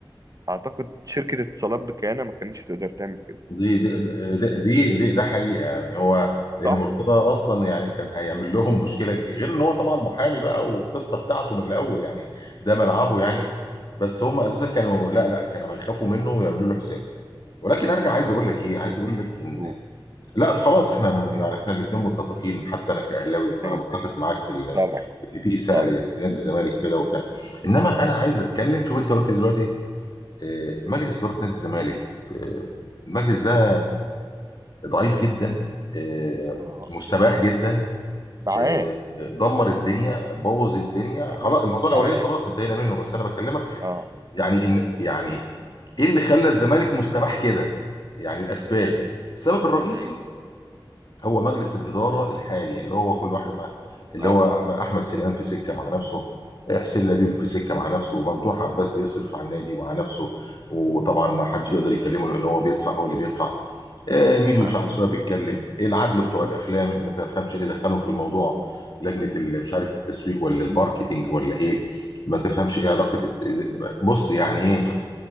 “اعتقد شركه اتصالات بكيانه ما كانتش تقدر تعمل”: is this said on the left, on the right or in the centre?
Right